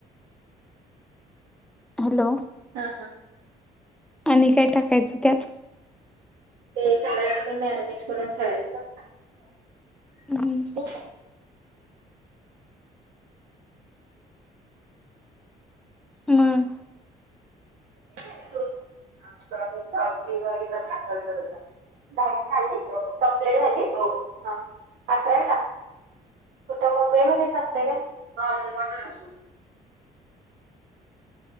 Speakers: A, in the centre; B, on the right.
A: हॅलो?
B: हा.
A: आणि काय टाकायचं त्यात?
B: ते झाल्यानंतर मॅरिनेट करून ठेवायचं.
A: हम्म
B: <inaudible>
A: म?
B: <inaudible> दहावी झाली? हो. कंपलिट झाली? हो. हा अकरावीला? कुठं मुंबईमध्येच असतय व्हय? <inaudible>